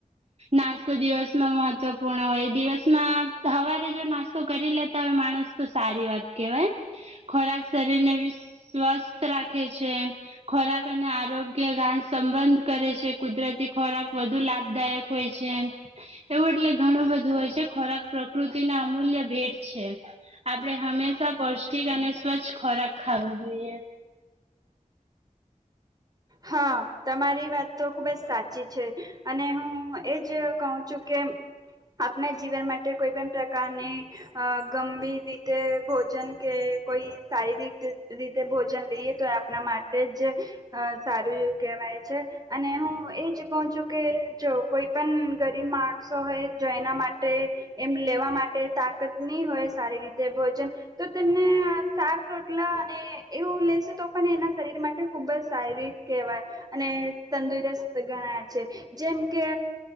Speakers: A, on the right; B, on the right.
A: નાસ્તો દિવસમાં મહત્વપૂર્ણ હોય દિવસમાં સવારે જો નાસ્તો કરી લેતા હોય માણસ તો સારી વાત કેહેવાય, ખોરાક શરીરને સ્વસ્થ રાખ ખોરાક અને આરોગ્ય ગાણ સંબંધ કરે છે કુદરતી ખોરાક વધુ લાભદાયક હોય છે, એવું એટલે ઘણું બધું હોય છે ખોરાક પ્રકૃતિના અમૂલ્ય ભેટ છે, આપણે હંમેશા પૌષ્ટિક અને સ્વચ્છ ખોરાક ખાવો જોઈએ.
B: હા તમારી વાત તો ખુબ જ સાચી છે, અને હું એજ કહું છું કે આપના જીવન માટે કોઈ પણ પ્રકારની, ગમે રીતે ભોજન કે કોઈ શારીરિક રીતે ભોજન લઈએ તો આપણા માટે જ સારું એવું કહેવાય છે, અને હું એ જ કહું છું કે જો કોઈ પણ ગરીબ માણસો હોય જો એના માટે એમ લેવા માટે, તાકત નહીં હોય સારી રીતે ભોજન, તો તેમને શાક રોટલા અને એવું લેશે તો પણ એના શરીર માટે ખૂબ જ સારી વાય અને તંદુરસ્ત ગણાય છે, જેમ કે